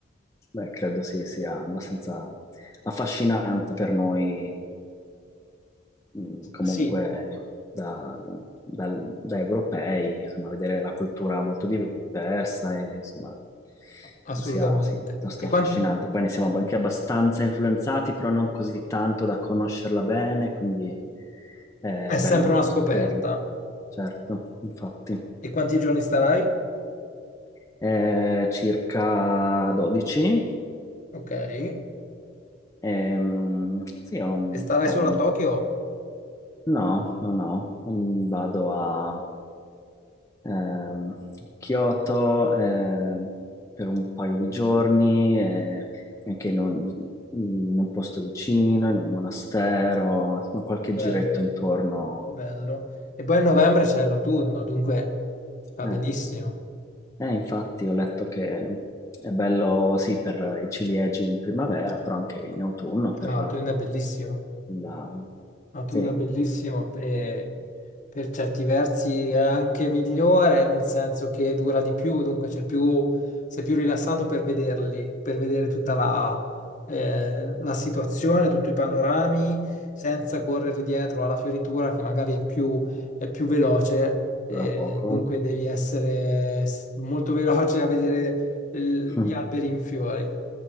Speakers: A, on the left (about 15°); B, on the left (about 40°).
A: Beh, credo sì, sia abbastanza affascinante per noi mh, comunque
B: Sì,
A: da, dal- da europei, insomma, vedere la cultura molto diversa e insomma
B: assolutamente.
A: penso sia sì, piuttosto
B: E
A: affascinante.
B: quan-
A: Poi ne siamo anche abbastanza influenzati, però non così tanto da conoscerla bene, quindi è
B: è
A: bello
B: sempre
A: andare
B: una scoperta.
A: a scoprirlo. Certo, infatti.
B: E quanti giorni starai?
A: Eh, circa 12.
B: Ok. E
A: Ehm, sì, ho un,
B: starai
A: po' un
B: solo a Tokyo?
A: No, no, no, Mm, vado a ehm, Kyoto ehm, per un paio di giorni, e anche in un, in un posto vicino, in un monastero, insomma qualche
B: Bello,
A: giretto intorno.
B: bello. E poi a novembre c'è l'autunno, dunque va
A: Eh,
B: benissimo.
A: eh, infatti ho letto che è bello sì per i ciliegi in primavera, però anche in autunno per
B: Ah, L'autunno è bellissimo.
A: la...
B: Ma tu
A: Sì, eh,
B: è bellissimo e per certi versi è anche migliore, nel senso che dura di più, dunque c'è più, sei più rilassato per vederli, per vedere tutta la, eh, la situazione, tutti i panorami, senza correre dietro alla fioritura che magari è più, è più veloce, e
A: dura poco.
B: dunque devi essere s- molto veloce a vedere il-
A: <laughs>
B: gli alberi in fiori.